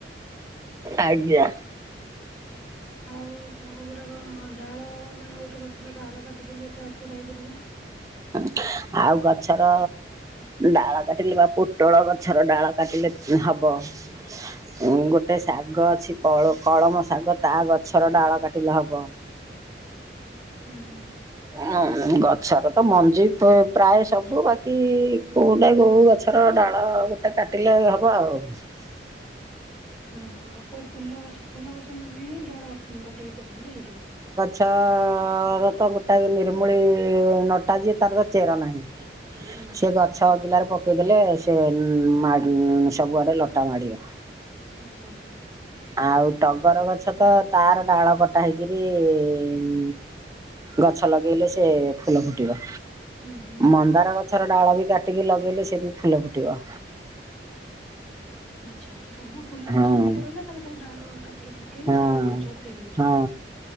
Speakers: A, on the right; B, in the centre.
A: ଆଜ୍ଞା
B: ଆଉ ସବୁ କ ଗୁଡା କଁ ଡାଳ ମାନେ ଗୋଟେ କଥା ଗଛର ଡାଳ କାଟିଦଲେ ସେ ଆଉଡ଼ା ହୋଇପିବ
A: ହ ଆଉ ଗଛର ଡାଳ କାଟିଲେ ବା ପୋଟଳ ଗଛର ଡାଳ କାଟିଲେ ହବ ହଁ ଗୋଟେ ଶାଗ ଅଛିଳ କଳମ ଶାଗ ତା ଗଛର ଡାଳ କାଟିଲେ ହବ
B: ହୁଁ ହୁଁ
A: ଉଁ ଗଛର ତ ମଞ୍ଜି ପା ପ୍ରାୟ ସବୁ ବାକି କୋଉଟା କୋଉ ଗଛ ତ ଡାଳ ଗୋଟେ କାଟିଲେ ହବ ଆଉ।
B: ହହୋ ଆଉ କୋଉ ଫୁଲ ଗଛ ଫୁଲ ଗଛ ମାନେ ହିଁ ଡାଳ କାଟିକି ପୋଟିଦେଲେ ହେଇଯିବ।
A: ଚ ର ତ ଗ ତ ନିର୍ମୂଳ ନଟା ଯିଏ ତାର ତ ଚେର ନାହିଁ
B: ହୁଁ
A: ସି ଗଛ ଛଅ ଗିଲାରେ ପକେଇଦେଲେ ସେ ଉଁ ମା ସବୁଆଡ଼େ ଲଟା ମାଡ଼ିବ।
B: ଆଚ୍ଛା ଆଚ୍ଛା।
A: ଆଉ ଟଗର ଗଛ ତ ତାର ଡାଳ ପଟ ଟା ହେକ ଉଁ ଗଛ ଲଗେଇଲେ ସେ ଫୁଲ ଫୁଟିବ,
B: ହୁଁ ହୁଁ।
A: ମନ୍ଦାର ଗଛର ଡାଳ ବି କାଟିକି ଲଗେଇଲେ ସେ ବି ଫୁଲ ଫୁଟିବ।
B: ଆଚ୍ଛା ସବୁ ଫୁଲ
A: ହଁ।
B: ଗଛ ଯେତିକ ରହିଲା ତାହେଲେ ସବୁ ଡାଳ କାଟି ପକେଇଲେ
A: ହଁ
B: ସେ ନୂଆ ଗଛ ତିଆରି ହବ।
A: ହଁ